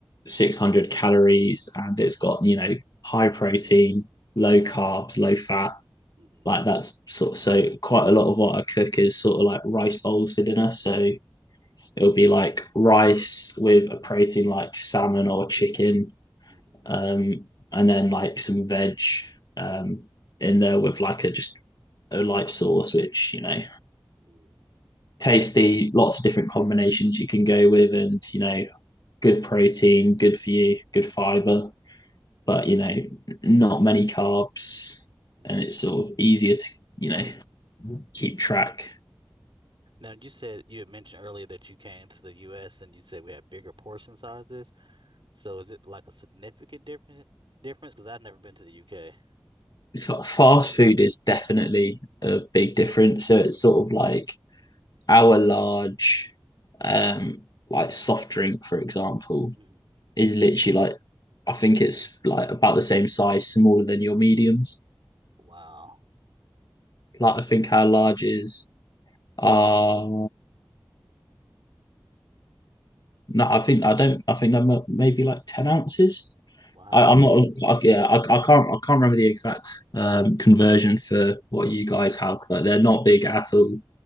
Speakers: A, on the left (about 55°); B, on the right (about 85°).
A: 600 calories and
B: hmm
A: it's got, you know, high protein, low carbs, low fat.
B: hmm
A: Like that's sort of so quite a lot of what I cook is sort of like rice bowls for dinner. So it'll be like rice with a protein like salmon or chicken
B: hmm
A: um, and then like some veg um, in there with like a just a light sauce, which you know
B: hmm
A: tasty. Lots of different combinations you can go with, and you know good protein, good for you, good fiber, but you know not many carbs,
B: hmm
A: and it's sort of easier to you know keep track.
B: Now you said you had mentioned earlier that you came to the US and you said we had bigger portion sizes. So is it like a significant difference difference? Because I've never been to the UK.
A: It's like fast food is definitely a big difference. So it's sort of like our large um like soft drink for example
B: Mhm.
A: is literally like I think it's like about the same size, smaller than your mediums.
B: Wow.
A: Like I think our large is uh no, I think I don't I think they're maybe like ten ounces.
B: Wow.
A: I, I'm not I, yeah, I, I can't I can't remember the exact um conversion for what you guys have, but they're not big at all